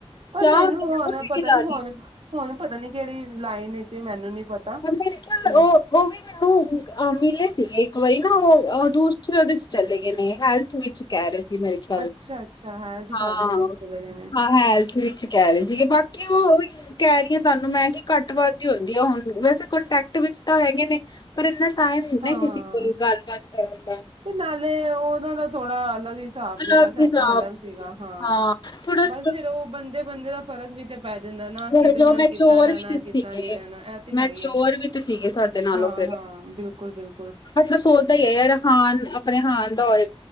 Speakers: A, on the right; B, on the left.
A: ਪਰ
B: ਚਾਹ
A: ਮੈਨੂੰ
B: ਉਹਨੇ
A: ਹੁਨ
B: ਜ਼ਰੂਰ ਪੀ
A: ਪਤਾ
B: ਕੇ ਜਾਣੀ
A: ਨੀ ਹੁਨ, ਹੁਨ ਪਤਾ ਨੀ ਕੇੜੀ ਲਾਈਨ 'ਚ ਮੈਨੂੰ ਨੀ ਪਤਾ।
B: <unintelligible>
A: ਤੇ
B: ਓ ਆ ਮਿਲੇ ਸੀਗੇ ਇੱਕ ਵਾਰੀ ਨਾ ਓ ਦੂਸਰੇ ਓਦੇ 'ਚ ਚਲੇ ਗਏ ਨੇ ਹੈਲਥ ਵਿੱਚ। ਕੈ ਰੇ ਸੀ ਮੇਰੇ ਖਿਆਲ।
A: ਅੱਛਾ ਅੱਛਾ ਹੈਲਥ ਡਿਪਾਰਟਮੈਂਟ
B: ਹਾਂ,
A: ਵਿੱਚ ਚਲੇ ਗਏ ਨੇ
B: ਹਾਂ ਹੈਲਥ ਵਿੱਚ ਕੈ ਰੇ ਸੀਗੇ ਬਾਕੀ ਓ ਓਈ ਕੈ ਰੀ ਆਂ ਤੁਹਾਨੂੰ ਮੈਂ ਕਿ ਘੱਟ ਵੱਧ ਈ ਹੁੰਦੀ ਐ ਹੁਨ ਵੈਸੇ ਕੰਟੈਟ ਵਿੱਚ ਤਾਂ ਹੈਗੇ ਨੇ ਪਰ ਇਨਾਂ ਟਾਇਮ ਨੀ
A: ਹਾਂ
B: ਨਾ ਕਿਸੇ ਕੋਲ ਗੱਲਬਾਤ ਕਰਨ ਦਾ।
A: ਤੇ ਨਾਲੇ ਓਨਾਂ ਦਾ ਥੋੜਾ ਅਲੱਗ ਹਿ ਸਾਬ
B: ਅਲੱਗ
A: ਸੀਗਾ ਸਾਡਾ
B: ਹਿਸਾਬ
A: ਅਲੱਗ
B: ਸੀ
A: ਸੀਗਾ, ਹਾਂ
B: ਥੋੜਾ ਜਿਹਾ,
A: ਬਸ ਫੇਰ ਓ ਬੰਦੇ-ਬੰਦੇ ਦਾ ਫਰਕ ਵੀ ਤੇ ਪੈ ਜਾਂਦਾ ਨਾ,
B: ਥੋੜਾ
A: ਕਿਦੇ
B: ਜਿਹਾ
A: ਨਾਲ
B: ਮੈਚੋਰ
A: ਕਿੱਦਾਂ ਰੈਣਾ,
B: ਵੀ ਤੇ
A: ਕਿੱਦਾਂ
B: ਸੀਗੇ
A: ਨਈ ਰੈਣਾ ਏ ਤਾ
B: ਮੈਚੋਰ
A: ਹੈ, ਈ, ਆ।
B: ਵੀ ਤੇ ਸੀਗੇ ਸਾਡੇ ਨਾਲੋਂ
A: ਹਾਂ
B: ਫਿਰ
A: -ਹਾਂ, ਬਿਲਕੁਲ -ਬਿਲਕੁਲ।
B: ਮਤਲਬ ਸੋਚਦਾ ਈ ਆ ਯਾਰ, ਹਾਨ ਆਪਣੇ ਹਾਨ ਦਾ ਹੋਵੇ।